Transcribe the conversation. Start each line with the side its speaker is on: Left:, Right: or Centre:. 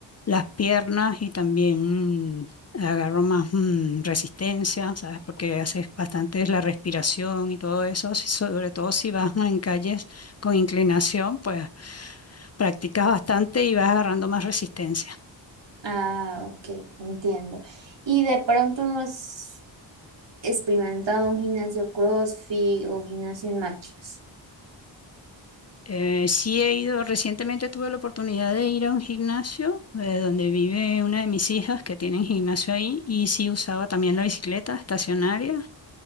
Left: Las piernas y también mm, agarro más mm, resistencia, ¿sabes? Porque haces bastante la respiración y todo eso, si- sobre todo si vas en calles con inclinación, pues practicas bastante y vas agarrando más resistencia.
Right: Ah, ok, entiendo. ¿Y de pronto no has experimentado un gimnasio CrossFit o gimnasio en máquinas?
Left: Eh, sí he ido, recientemente tuve la oportunidad de ir a un gimnasio eh, donde vive una de mis hijas que tienen gimnasio ahí y sí usaba también la bicicleta estacionaria